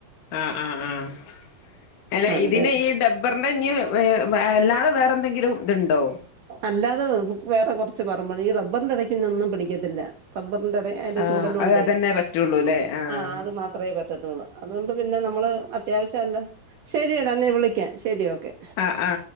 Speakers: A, on the left; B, on the right.
A: ആ ആ ആഹ് ഏ
B: എന്നിട്ട്
A: ഇതിന് ഈ ഡ ബർ ണ്ടെ ഇഞ്ഞ് വെ വേ അല്ലാതെ വേറെ എന്തെങ്കിലും ത്ണ്ടോ?
B: അല്ലാതെ വേറെ കൊറച്ച് പറമ്പണ് ഈ റബ്ബർണ്ടെ എടയ്ക്ക് ഇത് ഒന്നും പിടിക്കത്തില്ല. റബ്ബർണ്ടെ അതെ അയിന്റെ
A: ആഹ്
B: ചൂടലു കൊണ്ടേ
A: അത് അതന്നെ പറ്റുള്ളൂ അല്ലേ ആഹ്
B: ആ അത് മാ അത്രേ പറ്റത്തുള്ള് അതോണ്ട് പിന്നെ നമ്മള് അത്യാവശ്യം ണ്ട് ശെരിയടാ എന്നീ വിളിക്ക ശെരി ഓക്കെ.
A: ആ ആ